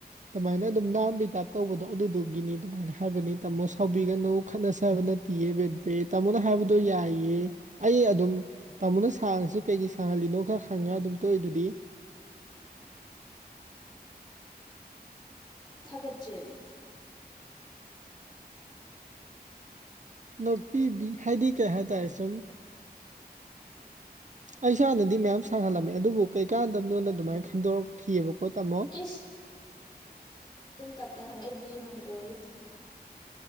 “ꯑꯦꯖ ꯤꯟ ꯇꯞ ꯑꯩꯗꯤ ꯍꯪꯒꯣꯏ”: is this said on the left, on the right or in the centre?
Left